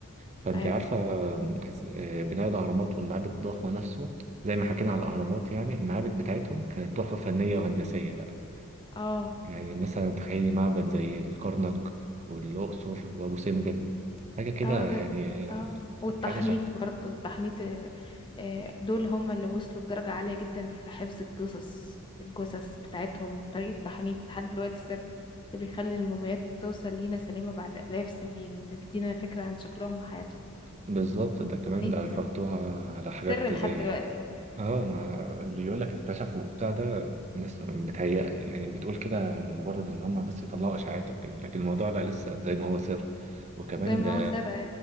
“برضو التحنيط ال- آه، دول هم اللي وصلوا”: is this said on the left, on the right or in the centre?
Left